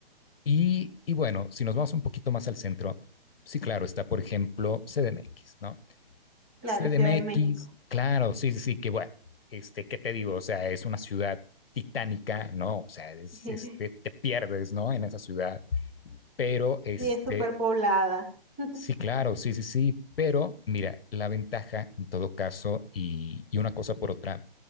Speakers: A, on the left (about 70°); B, on the right (about 15°).
A: Y, y bueno, si nos vamos un poquito más al centro, sí, claro, está, por ejemplo, CDMX, ¿no?
B: Claro,
A: CDMX,
B: Ciudad de México.
A: claro, sí, sí, sí, que bueno, este, ¿qué te digo? O sea, es una ciudad titánica, ¿no? O sea, es,
B: <laughs>
A: este, te pierdes, ¿no? En esa ciudad, pero este,
B: Sí, es súper poblada. <laughs>
A: sí, claro, sí, sí, sí, pero mira, la ventaja en todo caso y, y una cosa por otra,